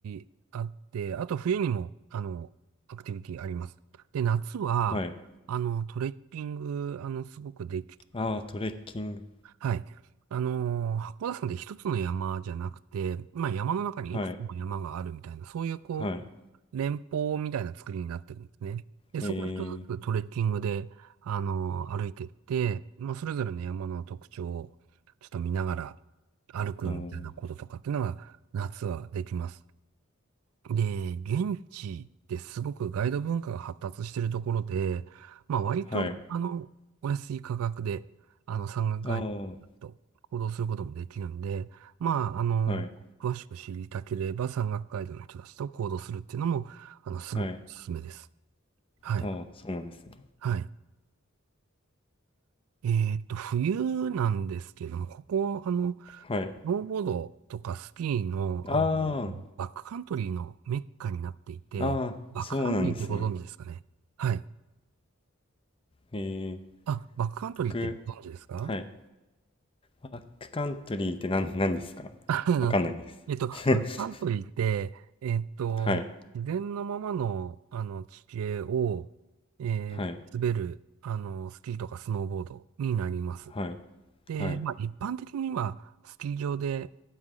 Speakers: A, on the right (about 80°); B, on the left (about 25°).
A: ィあって、あと冬にも、あの、アクティビティあります。で、夏は、
B: はい。
A: あの、トレッキング、あの、すごくでき、
B: ああ、トレッキング。
A: はい。あの、函館山で一つの山じゃなくて、まあ山の中にいくつも山があるみたいな、
B: はい。
A: そういうこう、
B: はい。
A: 連峰みたいな作りになってるんですね。で、
B: え
A: そこを一つずつトレッキングで、あの歩いてって、まあ、それぞれの山の特徴をちょっと見ながら歩くみたいなこととかっていうのが夏はできます。
B: ー、うん
A: で、現地ってすごくガイド文化が発達しているところで、まあ割と、
B: はい。
A: あの、お安い価格で、あの、山岳ガイドだと行動することもできるんで、
B: ああ、
A: まあ、あの、
B: はい。
A: 詳しく知りたければ山岳ガイドの人たちと行動するっていうのも、あの、すごくおすすめです。
B: はい。
A: はい。
B: ああ、そうなんですね。
A: はい。えーっと、冬なんですけども、ここ、あの、
B: はい。
A: スノーボードとかスキーの、
B: あ
A: あの、バックカントリーのメッカになっていて、
B: あ、ああ、
A: バックカントリーってご存知ですかねはい。
B: そうなんですね。ええ、
A: あ、バックカントリーってご存知ですか
B: 僕、はい。バックカントリーって何、何ですか
A: あの、
B: わかんないです。
A: えっと、バックカントリーって、
B: <laughs>
A: えっと、
B: はい。
A: 自然のままの、あの、地形を、えー滑る、
B: はい。
A: あの、スキーとかスノーボードになります。
B: はい。
A: で、
B: はい。
A: まあ、一般的には、スキー場で、